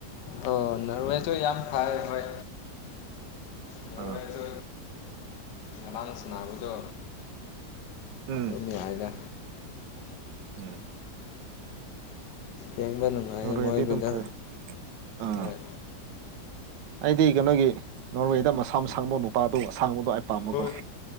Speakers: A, on the left (about 80°); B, on the right (about 85°).
A: ꯑꯣ ꯅꯣꯔꯋꯦꯁꯨ ꯌꯥꯝ ꯐꯩ ꯍꯣꯏ ꯅꯣꯔꯋꯦꯁꯨ
B: ꯑꯥ
A: ꯉꯔꯥꯡ ꯁꯥꯟꯅꯕꯗꯣ
B: ꯎꯝ
A: ꯑꯗꯨꯝ ꯌꯥꯏꯗ
B: ꯎꯝ꯫
A: ꯌꯦꯡꯕ ꯅꯨꯡꯉꯥꯏꯌꯦ
B: ꯅꯣꯔꯋꯦꯗꯤ
A: ꯃꯣꯏꯒꯤꯗꯣ
B: ꯑꯗꯨꯝ ꯐꯖꯩ ꯑꯥ
A: ꯍꯣꯏ꯫
B: ꯑꯩꯗꯤ ꯀꯩꯅꯣꯒꯤ ꯅꯣꯔꯋꯦꯗ ꯃꯁꯥꯝꯁꯥꯡꯕ ꯅꯨꯄꯥꯗꯣ ꯑꯁꯥꯡꯕꯗꯣ ꯑꯩ ꯄꯥꯝꯕꯀꯣ꯫
A: ꯍꯣꯏ